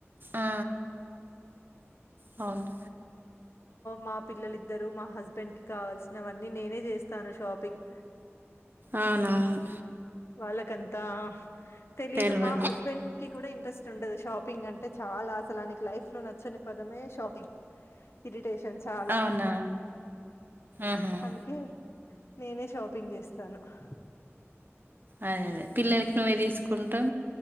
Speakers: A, on the right; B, on the left.
A: ఆ అవును
B: మా పిల్లలిద్దరు మా హస్బెండ్ కి కావాల్సినవన్నీ నేనే చేస్తాను షాపింగ్
A: అవునవును
B: వాాలకంతా తెలీదు
A: తెల్వదు
B: మా హస్బెండ్ కి కూడా ఇంట్రెస్ట్ ఉండదు షాపింగ్ అంటే అంటే చాలా అసలు ఆనకు లైఫ్లో నచ్చని పదమే షాపింగ్ ఇరిటేషన్ చాలా
A: అవునా ఆహా
B: అందుకే నేనే షాపింగ్ చేస్తాను హ
A: అదే అదే పిల్లలకి నువ్వే తీసుకుంటాం